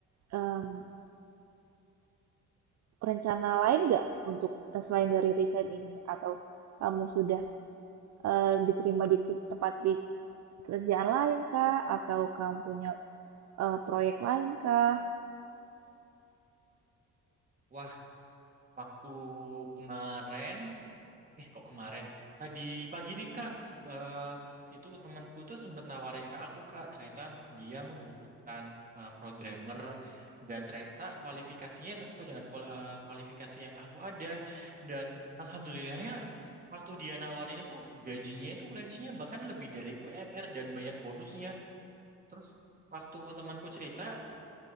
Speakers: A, on the right (about 60°); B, on the right (about 30°).
A: em, rencana lain nggak untuk eh, selain dari resign ini? Atau kamu sudah eh, diterima di ke- tempat di kerjaan lain kah? Atau kamu punya eh, proyek lain kah?
B: Wah, waktu kemarin Eh kok kemarin tadi pagi ding kak seb- eh, itu temanku tuh sempet nawarin ke aku kak ternyata dia membutuhkan eh, programmer dan ternyata kualifikasinya sesuai dengan kual- eh, kualifikasi yang aku ada dan alhamdulillahnya waktu dia nawarin itu gajinya itu range-nya bahkan lebih dari UMR dan banyak bonusnya terus waktu temanku cerita